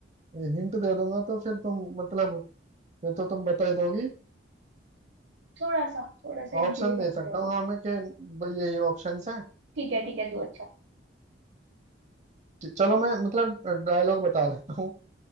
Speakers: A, on the right; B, on the right.
A: हिंट दे दूंगा तो फिर तुम मतलब फिर तो तुम बता ही दोगी
B: थोड़ा सा थोड़ा सा हिंट
A: ऑप्शन
B: दे
A: दे
B: सकते
A: सकता
B: हो
A: हूँ
B: देखो
A: हाँ मैं कि भाई ये ये ऑप्शंस हैं
B: ठीक है ठीक है तो अच्छा
A: च- चलो मैं मतलब डायलॉग बता देता हूँ